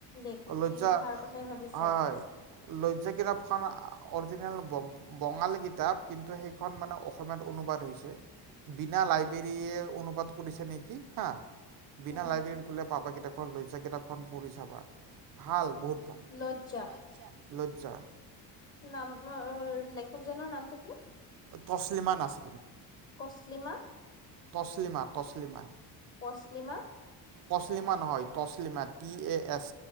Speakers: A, on the left; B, on the right.
A: লিখ
B: লজ্জা
A: লিখাৰ কথাই ভাবিছে
B: হয়
A: অকল
B: হয় লজ্জা কিতাপখন অৰিজিনেল ব'ক বঙালী কিতাপ কিন্তু সেইখন মানে অসমীয়াত অনুবাদ হৈছে বিনা লাইব্ৰেৰীয়ে অনুবাদ কৰিছে নেকি হা বিনা
A: উম
B: লাইব্ৰেৰীত গ'লে পাবা কিতাপখন লজ্জা কিতাপখন পঢ়ি চাবা ভাল বহুত
A: লজ্জা
B: লজ্জা লজ্জা
A: নাম অ অ লেখকজনৰ নামটো কি
B: টচলিমান আছে
A: কচলিমা
B: টছলিমা টছলিমা
A: পছলিমা
B: টছলিমা নহয় Taslima T A S